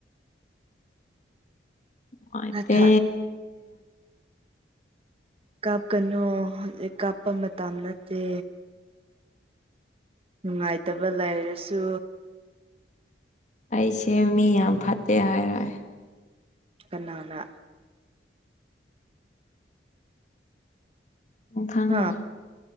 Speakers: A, on the left; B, on the right.
A: ꯅꯨꯡꯉꯥꯏꯇꯦ
B: ꯅꯊꯥ ꯀꯞꯀꯅꯨ ꯀꯞꯄ ꯃꯇꯝ ꯅꯠꯇꯦ ꯅꯨꯡꯉꯥꯏꯇꯕ ꯂꯩꯔꯁꯨ
A: ꯑꯩꯁꯦ ꯃꯤ ꯌꯥꯝ ꯐꯠꯇꯦ ꯍꯥꯏꯔꯣꯏ
B: ꯀꯅꯥꯅ
A: ꯅꯪ ꯈꯪꯉꯣꯏ
B: ꯑ